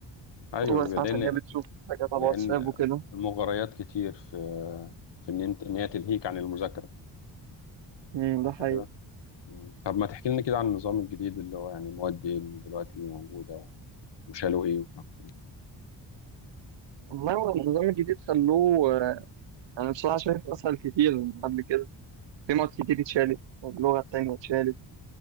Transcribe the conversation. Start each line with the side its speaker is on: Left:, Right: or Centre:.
Left: أيوه
Right: ربع ساعة
Left: لأن
Right: تانية بتشوف حاجات على
Left: لأن
Right: واتساب وكده
Left: المغريات كتير في في إن أنت إن هي تلهيك عن المذاكرة
Right: امم
Left: صح
Right: ده حقيقي
Left: كده؟ مم. طب ما تحكي لنا كده عن النظام الجديد اللي هو يعني مواد إيه اللي دلوقتي اللي موجودة وشالوا إيه وحطوا إيه؟
Right: والله هو النظام الجديد خلوه آه، انا بصراحه شايف اسهل كتير من قبل كده في مواد كتير اتشالت اللغه التانية اتشالت